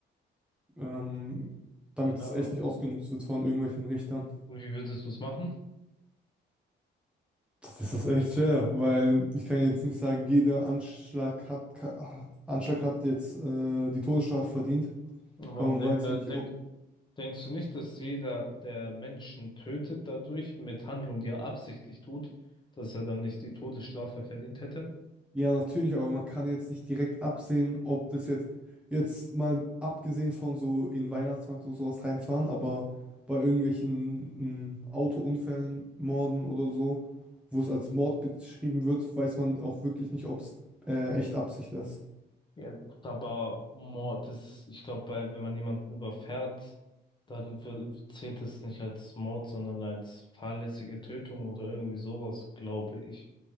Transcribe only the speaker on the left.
ja.
Und wie würdest du es machen?
Und Warum
denk,
äh,
denk,
denkst du nicht, dass jeder, der Menschen tötet, dadurch mit Handlung, die er absichtlich tut, dass er dann nicht die Todesstrafe verdient hätte?
Ja, gut, aber Mord ist, ich glaube, bei, wenn man jemanden überfährt, dann wi- zählt es nicht als Mord, sondern als fahrlässige Tötung oder irgendwie sowas, glaube ich.